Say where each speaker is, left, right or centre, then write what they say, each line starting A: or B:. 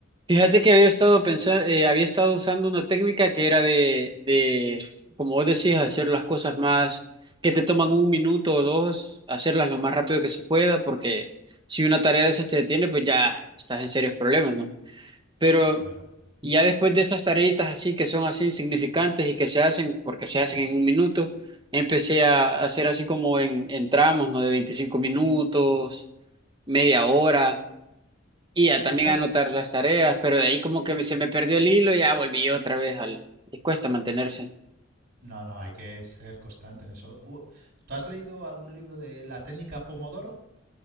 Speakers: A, on the right; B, on the right.
A: Fíjate que había estado pensando, había estado usando una técnica que era de, de, como vos decís, hacer las cosas más que te toman un minuto o dos, hacerlas lo más rápido que se pueda, porque si una tarea de esas te detiene, pues ya estás en serios problemas, ¿no? Pero
B: Claro.
A: ya después de esas tareitas así que son así insignificantes y que se hacen porque se hacen en un minuto, empecé a hacer así como en, en tramos, ¿no? De 25 minutos, media hora y ya también
B: ¿Usas?
A: anotar las tareas, pero de ahí como que se me perdió el hilo y ya volví otra vez al... Y cuesta mantenerse.
B: No, no, hay que ser constante en eso. U- ¿Tú has leído algún libro de la técnica Pomodoro?